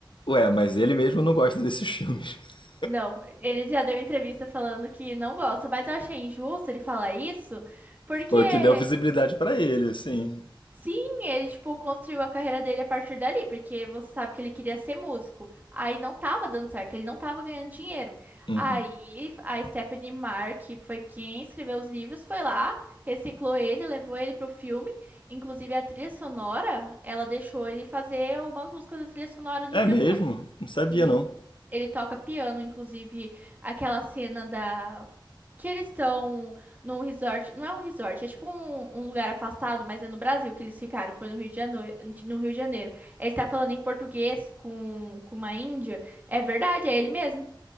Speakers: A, on the left (about 70°); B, on the right (about 20°).
A: Ué, mas ele mesmo não gosta desses filmes. <laughs>
B: Não, ele já deu entrevista falando que não gosta, mas eu achei injusto ele falar isso, porque
A: Foi o que deu visibilidade pra ele, assim.
B: Sim, ele, tipo, construiu a carreira dele a partir dali, porque você sabe que ele queria ser músico. Aí não tava dando certo, ele não tava ganhando dinheiro.
A: Uhum.
B: Aí a Stephanie Meyer, que foi quem escreveu os livros, foi lá, reciclou ele, levou ele pro filme. Inclusive a trilha sonora, ela deixou ele fazer algumas músicas da trilha sonora de
A: É
B: Crepúsculo.
A: mesmo? Não sabia,
B: Sim.
A: não.
B: Ele toca piano, inclusive, aquela cena da. Que eles estão num resort. Não é um resort, é tipo um, um lugar afastado, mas é no Brasil que eles ficaram. Foi no Rio de Janeiro. No Rio de Janeiro. Ele tá falando em português com, com uma índia. É verdade, é ele mesmo.